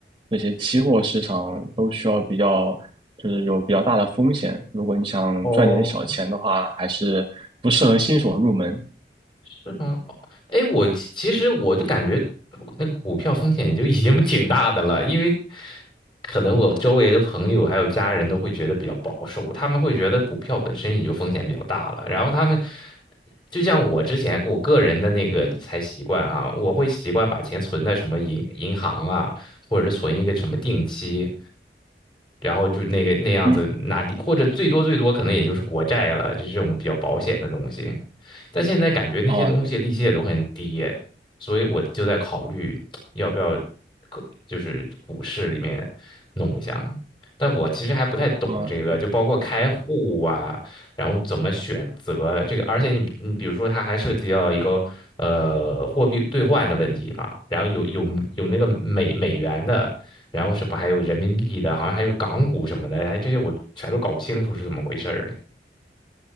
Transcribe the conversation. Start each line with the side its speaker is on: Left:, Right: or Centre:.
Right: 这些期货市场都需要比较就是有比较大的风险，如果你想赚点小钱的话，
Left: 哦，
Right: 还是不适合新手入门。
Left: 是吗？哦哎，我其其实我就感觉那个股票风险也就已经 <laughs> 挺大的了，因为可能我周围的朋友还有家人都会觉得比较保守，他们会觉得股票本身也就风险比较大了。然后他们就像我之前我个人的那个理财习惯啊，我会习惯把钱存在什么银银行啊，或者是存一个什么定期，然后就那个那样子拿利，
Right: 嗯，
Left: 或者最多最多可能也就是国债了，就是这种比较保险的东西。但现在感觉那些东西利息也都很低耶所以我就在考虑要不要，
Right: 哦。
Left: 可就是股市里面弄一下。但我其实还不太懂这个，
Right: 哦，
Left: 就包括开户啊，然后怎么选择这个，而且你你比如说，它还涉及到一个呃货币兑换的问题嘛，然后有有有那个美美元的。然后什么还有人民币的，好像还有港股什么的，哎，这些我全都搞不清楚是怎么回事儿哎